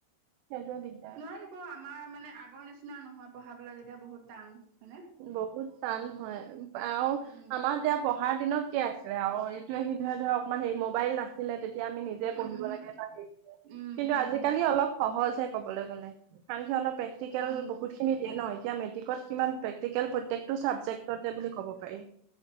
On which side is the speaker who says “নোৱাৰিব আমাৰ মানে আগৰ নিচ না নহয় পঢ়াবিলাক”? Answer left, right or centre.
Right